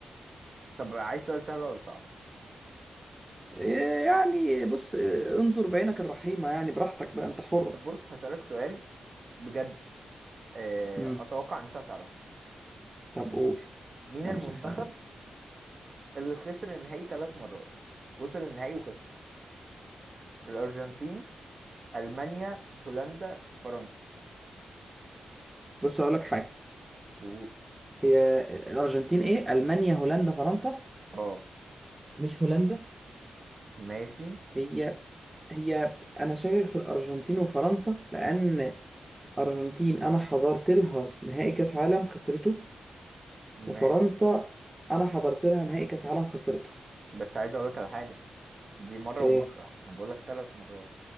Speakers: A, on the right (about 55°); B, on the right (about 15°).
A: طب عايز سؤال سهل ولا صعب؟
B: إيه يعني بص إيه انظر بعينك الرحيمه يعني براحتك بقى انت حر
A: طب بص هسألك سؤال بجد آه،
B: مم.
A: أتوقع إن أنت هتعرفه
B: طب قول
A: مين
B: يا
A: المنتخب
B: مسهل يا رب
A: اللي خسر النهائي ثلاث مرات وصل النهائي وخسره الأرجنتين ألمانيا هولندا فرنسا
B: بص اقول لك حاجه
A: و...
B: هي الارجنتين ايه المانيا هولندا فرنسا
A: اه
B: مش هولندا
A: ماشي
B: هي هي انا شاكك في الارجنتين وفرنسا لان ارجنتين انا حضرت لها نهائي كاس عالم خسرته
A: ماشي
B: وفرنسا انا حضرت لها نهائي كاس عالم خسرته
A: بس عايز اقول لك على حاجة دي مرة
B: ايه
A: ومرة انا بقول لك ثلاث مرات